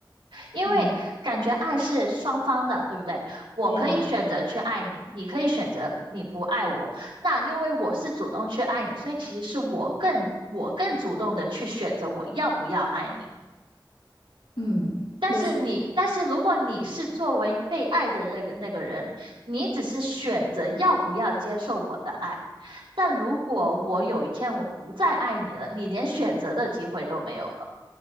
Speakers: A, on the right (about 85°); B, on the left (about 80°).
A: 因为感觉爱是双方的，
B: 嗯，
A: 对不对？我可以选择去爱你，
B: 对呀。
A: 你可以选择你不爱我。那因为我是主动去爱你，所以其实是我更我更主动的去选择我要不要爱你。
B: 嗯，
A: 但是你，
B: 确实，
A: 但是如果你是作为被爱的那个那个人，你只是选择要不要接受我的爱。但如果我有一天我不再爱你了，你连选择的机会都没有了。